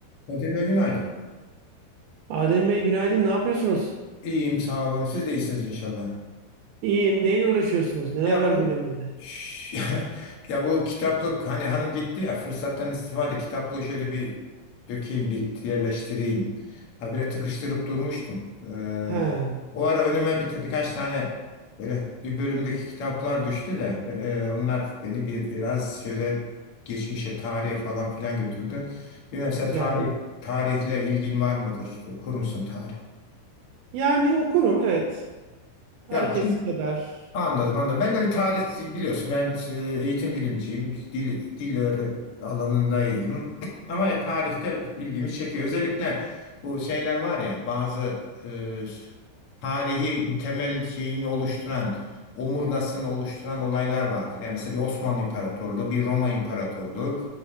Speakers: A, on the left; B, on the right.
A: Kadir Bey günaydın.
B: Adem Bey günaydın. Ne yapıyorsunuz?
A: İyiyim sağ olun. Siz de iyisiniz inşallah.
B: İyiyim. Neyle uğraşıyorsunuz? Neler
A: Ya
B: var
A: bu
B: gündeminizde?
A: Şş, <laughs> ya bu kitaplık hani hanım gitti ya fırsattan istifade kitaplığı şöyle bir dökeyim bir yerleştireyim. Habire tıkıştırıp durmuştum. Ee,
B: Ha,
A: o ara önüme bir, birkaç tane böyle bir bölümdeki kitaplar düştü de e, e, onlar beni bir biraz şöyle geçmişe tarihe falan filan götürdü. Bilmem sen
B: güzel.
A: tarih tarihle ilgin var mıdır? Okur musun tarih?
B: Yani okurum evet. Herkes
A: Ya
B: kadar.
A: Anladım, anladım. Ben de bir tarih biliyorsun. Ben e, eğitim bilimciyim. Dil, dil öğre alanında iyiyim. <clears throat> Ama ya tarihte ilgimi çekiyor. Özellikle bu şeyler var ya bazı e, tarihi temel şeyini oluşturan, omurgasını oluşturan olaylar vardır. Yani mesela bir Osmanlı İmparatorluğu, bir Roma İmparatorluğu